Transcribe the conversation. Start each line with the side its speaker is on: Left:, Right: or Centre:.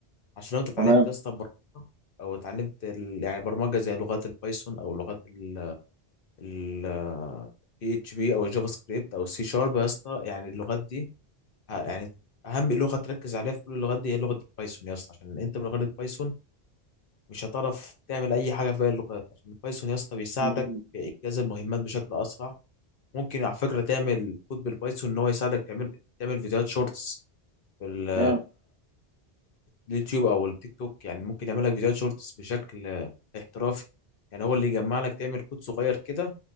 Left: عشان لو انت اتعلمت
Right: تمام
Left: لسه برمجه او اتعلمت ال... يعني برمجه زي لغات البايثون او لغات ال ال بي اتش بي او الجافا سكريبت او السي شارب يا اسطى يعني اللغات دي ه- يعني اهم لغه تركز عليها في كل اللغات دي هي لغه البايثون يا اسطى عشان انت من غير البايثون مش هتعرف تعمل اي حاجه في باقي اللغات عشان البايثون يا اسطى بيساعدك
Right: مم.
Left: في انجاز المهمات بشكل اسرع ممكن على فكره تعمل كود بالبايثون ان هو يساعدك تعمل تعمل فيديوهات شورتس في ال-
Right: تمام
Left: اليوتيوب او التيك توك يعني ممكن يعمل لك فيديوهات شورتس بشكل آه، احترافي يعني هو اللي يجمع لك تعمل كود صغير كده